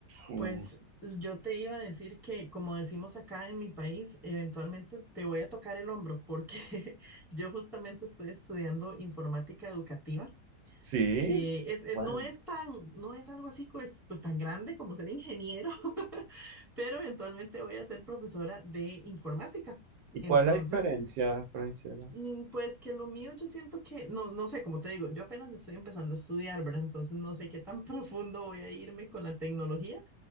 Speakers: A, on the right (about 90°); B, in the centre.
A: Mm,
B: pues l- yo te iba a decir que como decimos acá en mi país, eventualmente te voy a tocar el hombro porque <laughs> yo justamente estoy estudiando informática educativa.
A: sí,
B: que es, eh,
A: bueno.
B: no es tan, no es algo así pues, pues tan grande como ser ingeniero, <laughs> pero eventualmente voy a ser profesora de informática. Entonces,
A: ¿Y cuál es la diferencia, Francela?
B: mm, pues que lo mío yo siento que, no, no sé, como te digo, yo apenas estoy empezando a estudiar, ¿verdad? Entonces no sé qué tan <laughs> profundo voy a irme con la tecnología,